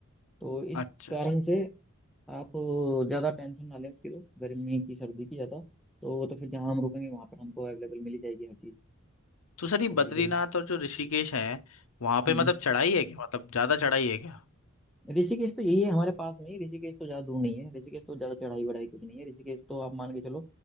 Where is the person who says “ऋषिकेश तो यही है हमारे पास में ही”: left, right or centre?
Centre